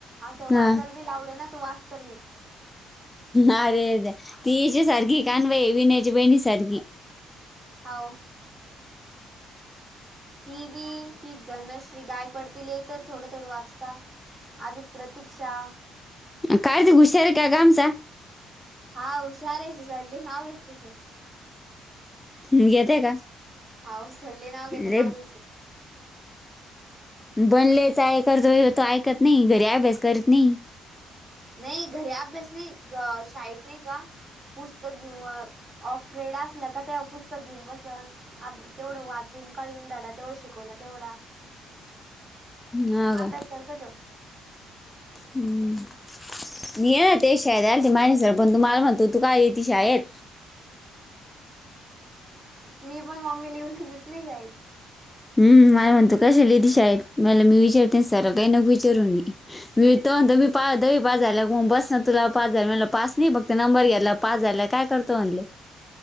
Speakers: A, on the right; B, on the left.
A: असं
B: हा
A: वाचाल बी लावलं ना तू वाचत नाहीच येत.
B: अरेरे तीची सारखी कान भी विण्याची बहीणी सारखी,
A: हाव. तीभी ती धनश्री गायकवाड तीला येत थोडं थोडं वाच आजूक प्रती्क्षा
B: कार्तिक हुशार आहे काय गं आमचा
A: हा हुशार आहे सल्ले नाव घेतस.
B: ह घेते का.
A: हवं सल्ले नाव घेता
B: ले
A: महाजन सर.
B: बनलेले चाळे करतो वग तो ऐकत नाही घरी अभ्यास करत नाही.
A: नाही घरी अभ्यास नाही, ग शाळेत नाही का, पुस्तक घेऊन ऑफ रेड असला का ते पुस्तक घेऊन बसन. अ तेवढं वाचून काढीन धडा तेवढा शिकवला तेवढा.
B: ह का
A: अभ्यास करतो तो.
B: हम्म. मी येणार ना ते शाळेत आल महाजन सर पण तो मला म्हणतो तू काय इति शाळेत.
A: मी पण मम्मीला येऊन देत नाही शाळेत.
B: हम् मला म्हणतो कशाला येती शाळेत मला मी विचारते सरला काही नको विचारून. मी तो तो म्हणतो मी दहावी पास घेऊन बसल. तुला पास झाल्या वर म्हलं पास नाही फक्त नंबर घ्याला पास झाला काय करतो म्हणलं.